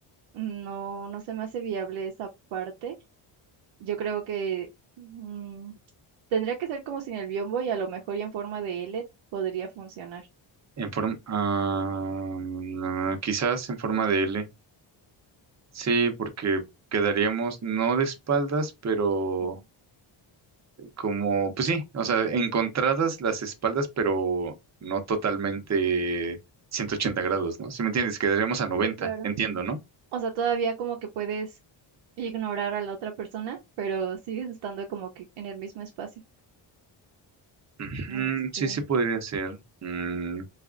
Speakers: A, on the right (about 85°); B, on the right (about 35°).
A: No, no se me hace viable esa parte. Yo creo que mm, tendría que ser como sin el biombo y a lo mejor y en forma de L podría funcionar.
B: En forma... ah, mm, quizás en forma de L. Sí, porque quedaríamos no de espaldas, pero
A: Mm.
B: como... Pues sí, o sea, encontradas las espaldas, pero no totalmente 180 grados, ¿no? Si me entiendes, quedaríamos a 90,
A: Sí, claro.
B: entiendo, ¿no?
A: O sea, todavía como que puedes ignorar a la otra persona, pero sigues estando como que en el mismo espacio.
B: Ujú,
A: Este,
B: sí, sí podría ser. Mm,